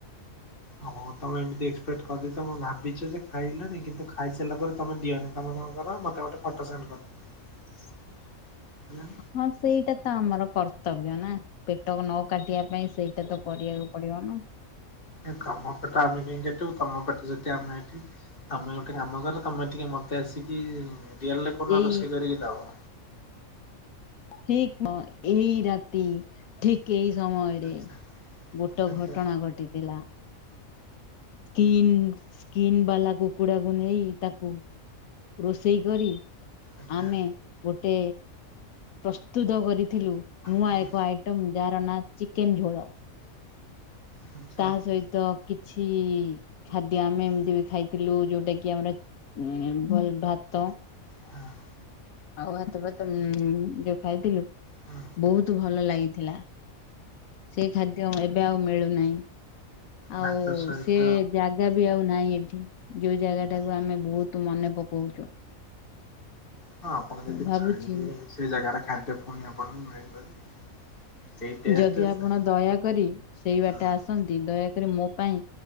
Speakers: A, on the left; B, on the left.
A: ହଁ ହୋଉ ତମେ ଏମିତି ଏକ୍ସପେକ୍ଟ କରିଦେଇଛ ମୁଁ ଭାବିଚି ଯେ ଖାଇଲଣି କିନ୍ତୁ ଖାଇସାରିଲା ପରେ ତମେ ଦିଅନି ତମେ କଣ କର ମତେ ଗୋଟେ ଫଟୋ ସେଣ୍ଡ କରିଦିଅ ହେଲା।
B: ହଁ ସେଇଟା ତ ଆମର କର୍ତ୍ତବ୍ୟ ନା। ପେଟକୁ ନ କାଟିବା ପାଇଁ ସେଇଟା ତ କରିବାକୁ ପଡିବ ନା।
A: ଏ ତମପେଟ ଆମେ ଡେଇଁ ଯାଇଥିବୁ ତମପେଟ ସେତି ଆମେ ଏଠି ତମେ ଗୋଟେ କାମ କର ତମେ ଟିକେ ମତେ ଆସିକି ରିଅଲ୍ ରେ କୋଉଦିନ
B: ଏଇ
A: ରୋଷେଇ କରିକି ଦବ?
B: ଠିକ୍ ନ ଏଇ ରାତି ଠିକ୍ ଏଇ ସମୟରେ
A: ଆଚ୍ଛା
B: ଗୋଟେ
A: ଆଚ୍ଛା
B: ଘଟଣା ଘଟିଥିଲା। କିନ୍ ସ୍କିନ୍ ବାଲା କୁକୁଡାକୁ ନେଇ ତାକୁ ରୋଷେଇ କରି
A: ଆଚ୍ଛା
B: ଆମେ ଗୋଟେ ପ୍ରସ୍ତୁତ କରିଥିଲୁ ନୂଆ
A: ହୁଁ
B: ଏକ ଆଇ ଟିମ୍ ଯାହାର ନାଁ ଚିକେନ୍‌ ଝୋଳ।
A: ଆଚ୍ଛା
B: ତା ସହିତ କିଛି ଖାଦ୍ୟ ଆମେ ଏମତି ବି ଖାଇଥିଲୁ ଯୋଉଟା କି ଆମେ ଉଁ ହେଇ ଭାତ।
A: ହଁ।
B: ଆଉ ହାତ ଫାତ ଉଁ ଯୋଉ ଖାଇଥିଲୁ
A: ହଁ।
B: ବହୁତ ଭଲ ଲାଗିଥିଲା। ସେଇ ଖାଦ୍ୟ ଏବେ ଆଉ ମିଳୁନାହିଁ
A: ଭାତ
B: ଆଉ
A: ସହିତ
B: ସେ ବ୍ୟାଗ୍ ଜା ବି ଆଉ ନାହିଁ ଏଠି ଯୋଉ ଜାଗାଟାକୁ ଆମେ ବହୁତୁ ମନେ ପକୋଉଚୁ।
A: ହଁ ଆପଣ ଯଦି
B: ଭାବୁଛି
A: ଛାହିଁବେ ସେ ଜାଗାରେ ଖାଦ୍ୟ ଫୁଣି ଆପଣଙ୍କୁ ମିଳିବ ଯେ। ସେଇ ଟେଷ୍ଟ
B: ଯଦି ଆପଣ
A: ସେ
B: ଦୟାକରି ସେଇ
A: ହୁଁ
B: ବାଟେ ଆସନ୍ତି ଦୟାକରି ମୋ ପାଇଁ